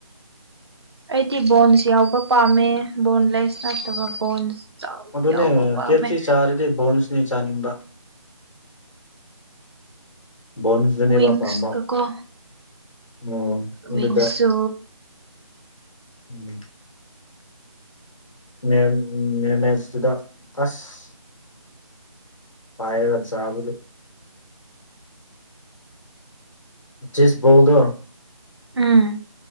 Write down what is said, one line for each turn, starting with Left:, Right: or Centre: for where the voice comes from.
Right: ꯑꯩꯗꯤ ꯕꯣꯟꯁ ꯌꯥꯎꯕ ꯄꯥꯝꯃꯦ ꯕꯣꯟꯂꯦꯁ ꯅꯠꯇꯕ ꯕꯣꯟꯁ ꯆꯥꯎ
Left: ꯑꯗꯨꯅꯦ
Right: ꯌꯥꯎꯕ ꯄꯥꯝꯃꯦ
Left: ꯀꯦꯞ ꯁꯤ ꯆꯥꯔꯗꯤ ꯕꯣꯟꯁꯅꯦ ꯆꯥꯅꯤꯡꯕ ꯕꯣꯟꯁꯇꯨꯅꯦꯕ
Right: ꯋꯡꯁ
Left: ꯄꯥꯝꯕ
Right: ꯀꯀꯣ
Left: ꯎꯝ
Right: ꯋꯡꯁ
Left: ꯑꯗꯨꯗ ꯎꯝ ꯃꯅꯦꯇꯗ ꯑꯁ ꯄꯌꯦꯒ ꯆꯕꯗ ꯁꯕꯣꯜꯗꯣ
Right: ꯑꯝ